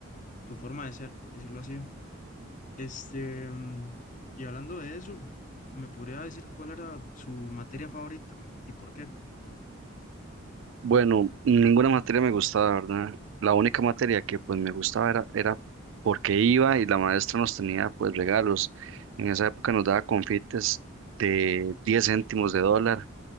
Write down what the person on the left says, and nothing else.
su forma de ser, por decirlo así. Este, mm, y hablando de eso, ¿me podría decir cuál era su materia favorita y por qué?